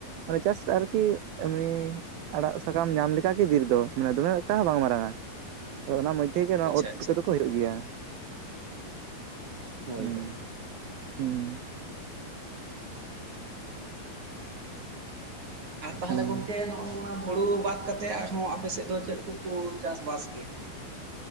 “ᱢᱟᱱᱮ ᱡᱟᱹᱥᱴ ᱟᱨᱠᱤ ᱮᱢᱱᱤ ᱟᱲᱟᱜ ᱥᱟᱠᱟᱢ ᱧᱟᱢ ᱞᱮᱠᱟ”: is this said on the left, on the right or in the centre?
Right